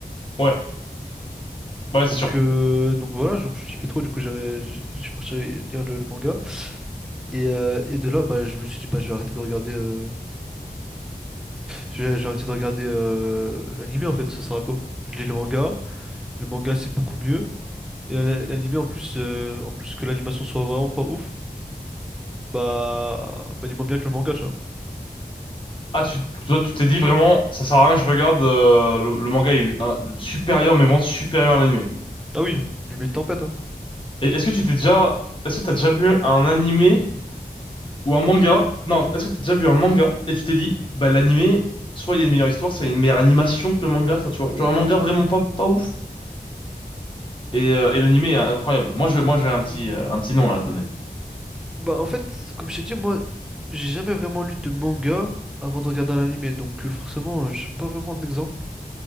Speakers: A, on the left; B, in the centre.
A: Ouais. Bah
B: Donc,
A: Ouais, c'est sûr.
B: euh, donc voilà, donc je kiffais trop, du coup, j'ai- j'ai- je suis parti lire le, le manga. Et, euh, et de là, bah, je me suis dit, bah, je vais arrêter de regarder, euh, je vais, je vais arrêter de regarder euh, l'anime en fait, ça sert à quoi? Je lis le manga, le manga c'est beaucoup mieux. Et la- l'anime en plus, euh, en plus que l'animation soit vraiment pas ouf, bah, bah il moins bien que le manga, tu vois.
A: Ah, tu, toi, tu t'es dit vraiment, ça sert à rien que je regarde, euh, le, le manga est euh, supérieur, mais vraiment supérieur à l'animé.
B: Ah oui, lui met une tempête,
A: Et est-ce que tu t'es déjà, est-ce que t'as déjà vu un animé ou un manga? Non, est-ce que t'as déjà vu un manga et tu t'es dit, bah, l'animé, soit il y a une meilleure histoire, soit il y a une meilleure animation que le manga, enfin, tu vois. Genre un manga vraiment pas, pas ouf et, euh, et l'animé est incroyable. Moi, je, moi, j'ai un petit,
B: hein.
A: euh, un petit nom là à te donner.
B: Bah, en fait, comme je t'ai dit, moi, j'ai jamais vraiment lu de manga avant de regarder un anime, donc euh, forcément, euh, j'ai pas vraiment d'exemple.